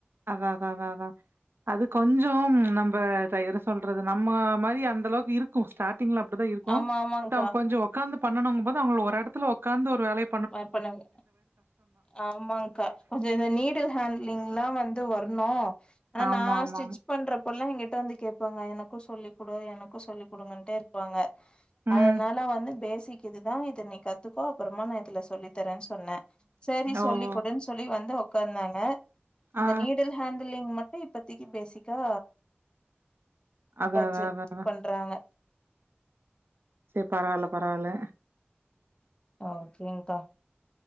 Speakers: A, on the right; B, on the left.
A: அதா அதா அதா அதா அது கொஞ்சோம் நம்ப தயிர சொல்றது நம்ம மாரி அந்தளவுக்கு இருக்கு ஸ்டார்டிங்ல அப்டிதா இருக்கு
B: ஆமா ஆமாங்க்கா
A: ட கொஞ்சோ உட்காந்து பண்ணனுங்க போது அவுங்கள ஒரு எடத்துல உட்காந்து ஒரு வேலய
B: பட் பண்ணுங்க ஆமாங்க்கா கொஞ்ச இந்த நீட் டு ஹேண்ட்லிங்க்ல்லா வந்து வரணு ஆனா
A: ஆமா,
B: நா
A: ஆமாமா.
B: ஸ்டிட்ச் பண்றப்ப ல்லா எங்க்கிட்ட வந்து கேட்பாங்க எனக்கு சொல்லி குடு எனக்கு சொல்லி குடுங்கண்டே இருக்கு போங்க
A: ம்.
B: அதனால வந்து பேஸிக் இதுதா இத நீ கத்துக்கோ அப்பறமா நா இதுல சொல்லி தரேனு சொன்னே. செரி
A: ஓஹோ!
B: சொல்லி குடுன்னு சொல்லி வந்து உக்காந்தாங்க அந்த
A: ஆ.
B: நீடில் ஹேண்ட்லிங் மட்டு இப்பத்திக்கு பேஸிக்கா
A: அதான்
B: வச்சு
A: அதான் அதான் அதான்.
B: பண்றாங்க
A: செரி பரவால்ல பரவால்ல
B: ஓகே ங்க்கா